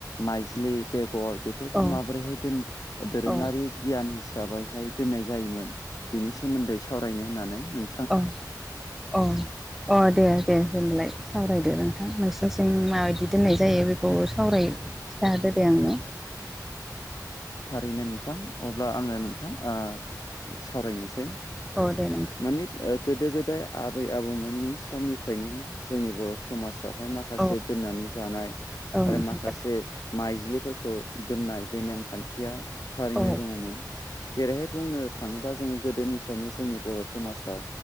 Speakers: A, on the left (about 55°); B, in the centre.
A: माइज्लि बेगर बेफोरखौ
B: औ
A: माब दोरोंङारि
B: औ
A: गियान हिसाबैहाय दोननाय जायोमोन बेनि सोमोन्दै सावरायनो होननानै नों
B: अ 'अ 'अ' दे। दे दोनलाय सावरायदो नोंथां नोंसिनिथिं माबायदि दोननाय जायो बेखौ सावराय खिथाहरदो दे आंनो।
A: औ थारैनो नोंथां अब्ला आङो नोंथां ओ सावरायनोसै
B: औ दे नोंथां
A: मानि ओ गोदो -गोदाय आबै आबौमोननि समनिफ्रायनो मा जोंनि बर' समाजावहाय मा माखासे
B: औ
A: दोननानै जानाय
B: औ
A: आरो
B: नोंथां
A: माखासे माइज्लिफोरखौ दोननाय बे नेमखान्थिया थारैनो
B: औ
A: दङमोन जेरैहाय बुंनो थाङोब्ला जोङो गोदोनिफ्रायनो जोंनि बर' समाजाव